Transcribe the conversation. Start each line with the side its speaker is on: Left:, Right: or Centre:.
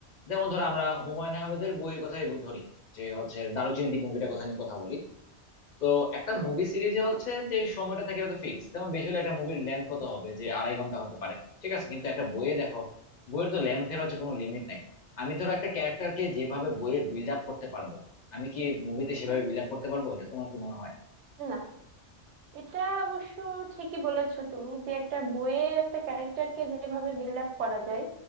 Left: যেমন ধরো আমরা
Right: উম,
Left: হুমায়ুন আহমেদের বইয়ের কথাই ধরি যে হচ্ছে দারুচিনি দ্বীপ মুভিটার কথা নিয়ে কথা বলি তো একটা
Right: উম,
Left: মুভি সিরিজে হচ্ছে যে সময়টা থাকে এটা তো ফিক্স যেমন বেশি হলে একটা মুভির লেন্থ কত হবে যে আড়াই ঘন্টা হতে পারে ঠিক আছে কিন্তু একটা বইয়ে দেখো বইয়ের তো লেন্থের হচ্ছে কোনো লিমিট নাই আমি ধরো একটা ক্যারেক্টারকে যেভাবে বইয়ে বিল্ড আপ করতে পারবো আমি কি মুভিতে
Right: উম,
Left: সেভাবে বিল্ড আপ করতে পারবো এটা তোমার কি মনে হয়
Right: না এটা অবশ্য ঠিকই বলেছো তুমি যে একটা বইয়ে একটা ক্যারেক্টারকে যেভাবে বিল্ড আপ করা যায়